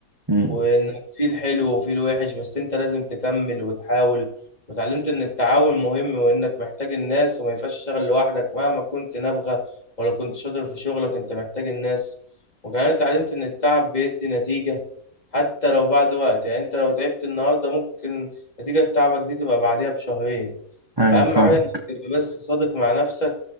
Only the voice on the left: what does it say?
وانك في الحلو وفي الوحش بس انت لازم تكمل وتحاول وتعلمت ان التعاون مهم وانك محتاج الناس وما ينفعش تشتغل لوحدك مهما كنت نابغة ولا كنت شاطر في شغلك انت محتاج الناس وكمان اتعلمت ان التعب بيدي نتيجة حتى لو بعد وقت يعني انت لو تعبت النهاردة ممكن نتيجة تعبك دي تبقى بعديها بشهرين
اهم
حاجة انك تبقى بس صادق مع نفسك